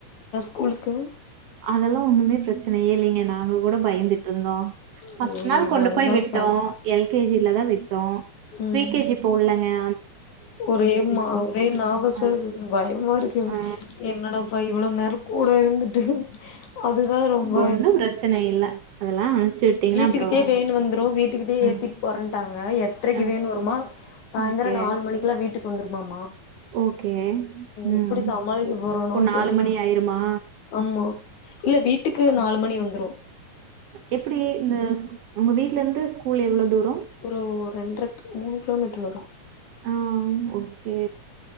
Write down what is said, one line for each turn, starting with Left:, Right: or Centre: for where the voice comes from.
Left: ஸ்கூல்க்கு
Right: அதெல்லா ஒண்ணுமே பிரச்சனையே இல்லைங்க நாங்க கூட பயந்துட்டு இருந்தோம் ஃபர்ஸ்ட்
Left: ஐயோ
Right: நாள்
Left: எனக்கு
Right: கொண்டு
Left: அதுதா
Right: போய் விட்டோம்
Left: பய
Right: எல் கேஜி லதா விட்டோம்
Left: ம்
Right: பிரி கேஜி போடலங்கா
Left: ஒரே மா ஒரே நர்வசா
Right: அ
Left: இருக்கு பயமா இருக்கு
Right: ஆ
Left: என்னடாப்ப இவ்ள நேர கூட இருந்துட்டு அதுதா ரொம்ப
Right: ஒன்னு பிரச்சன இல்ல அதெல்லா அனுப்ச்சு விட்டீங்கன்னா
Left: வீட்டுக்கிட்டயே
Right: அப்றோ
Left: வேன் வந்துரோ வீட்டுக்கிட்டயே
Right: ம்
Left: ஏத்திட்டு போறேன்ட்டாங்க எட்ரைக்கு
Right: ஓகே
Left: வேன் வருமா சாய்ந்தரோ
Right: ஓகே
Left: நாலு மணிக்கக்குல்லா வீட் வீட்டுக்கு வந்துருமாமா
Right: ஓகே ம்
Left: எப்டி சமாளிக்க போறேனோ
Right: இப்போ நாலு
Left: தெரில
Right: மணி ஆயிருமா
Left: ஆமா இல்ல வீட்டுக்கு நாலு மணி வந்துரோ
Right: எப்படி இந்த ஸ் உங்க வீட்ல இருந்து ஸ்கூல் எவ்ளோ தூரோ
Left: ஒரு ரெண்டரை டூ மூணு கிலோமீட்டர் வரோ
Right: ஆஹ் ஓகே